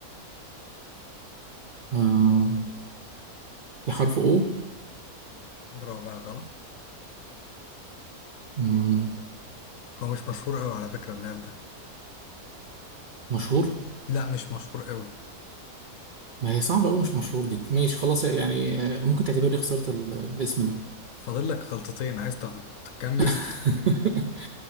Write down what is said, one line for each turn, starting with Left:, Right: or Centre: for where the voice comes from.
Right: آه، في حرف او
Left: رابع غلط
Right: مم،
Left: هو مش مشهور قوي على فكرة اللاعب ده
Right: مشهور
Left: لا مش مشهور قوي
Right: ما هي صعبة أوي مش مشهور دي ماشي خلاص يعني آه، ممكن تعتبرني خسرت ال- الاسم ده
Left: فاضل لك غلطتين عايز تغ- تكمل
Right: <laughs>